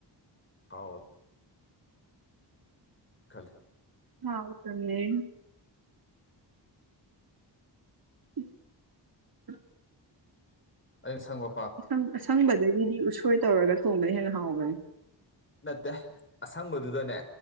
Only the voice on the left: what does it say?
ꯍꯥꯎꯏ꯫ ꯈꯟꯂꯦ
ꯑꯩ ꯁꯩꯒꯣ
ꯅꯠꯇꯦ ꯑꯁꯪꯕꯗꯨꯗꯅꯦ